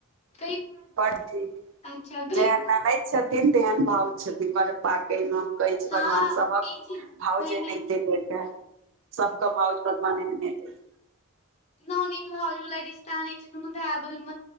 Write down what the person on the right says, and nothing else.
पढ़थिन
जेहन ननै छथिन। तेहन भउ छथिन। ब पाके में कहै छै।
भगवान सभ केँ
भाव
जेनातेत
सभ केँ भौज बदमश नै होइ छै।